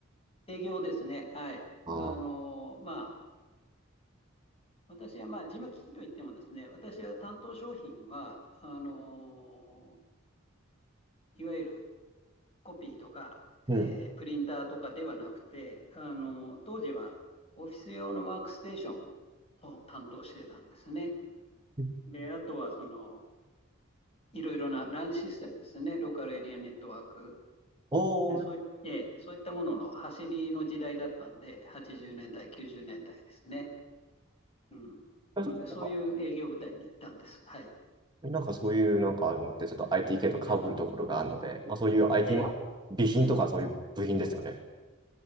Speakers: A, on the left (about 30°); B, on the right (about 20°).
A: 営業ですね。はい。
B: ああ
A: あの、まあ、私は、まあ、事務機器といってもですね、私は担当商品は、あの、いわゆるコピーとか、
B: う
A: えープリンターとかではなくて、あの、当時はオフィス用のワークステーションを担当してたんですね。
B: ん。
A: で、あとは、その、いろいろなランシステムですね、ローカルエリアネットワーク
B: おー、
A: で、そうい、ええそういったものの走りの時代だったんで、80年代、90年代ですね。うん。
B: あそうか
A: なので、そういう営業部隊にいたんです。はい。
B: なんかそういうなんかあるのってちょっと IT 系と被るところがあるので、まあそういう IT、
A: ええ
B: まあ、備品とかそういう部品ですよね。